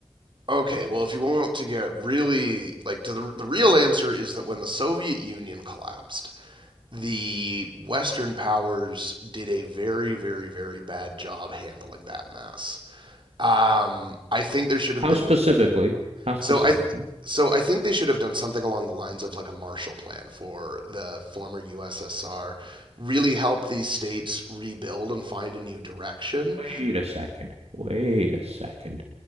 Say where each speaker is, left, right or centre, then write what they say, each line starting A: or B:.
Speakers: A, on the right; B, on the right.
A: Okay, well, if you want to get really like to the the real answer is that when the Soviet Union collapsed, the Western powers did a very, very, very bad job handling that mess. Um, I think there should have
B: How
A: been
B: specifically? How specifically?
A: so I so I think they should have done something along the lines of like a Marshall Plan for the former USSR, really help these states rebuild and find a new direction.
B: Wait a second. Wait a second.